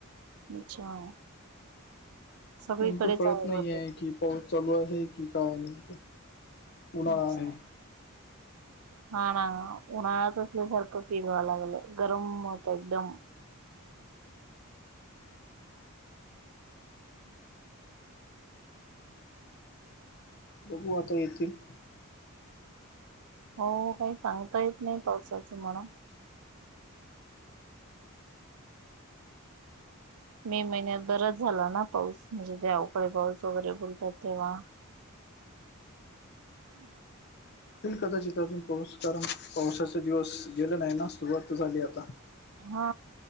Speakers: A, on the right; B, on the left.
A: अच्छा. सगळीकडेच
B: नेमकं कळत नाही
A: बहुतेक
B: आहे कि पाऊस चालू आहे की काय नेमकं उन्हाळा
A: अच्छा
B: आहे
A: हा ना उन्हाळ्यात असल्यासारखं पिडवा लागलं गरम होत एकदम
B: बघू आता येतील
A: हो काही सांगता येत नाही पावसाचं म्हणा मे महिन्यात बरच झाला ना पाऊस म्हणजे त्यावकडे पाऊस वगैरे बोलतात तेव्हा हम्म
B: होल कदाचित अजून पाऊस कारण पावसाचे दिवस गेले नाही ना सुरुवात झाली आता
A: हा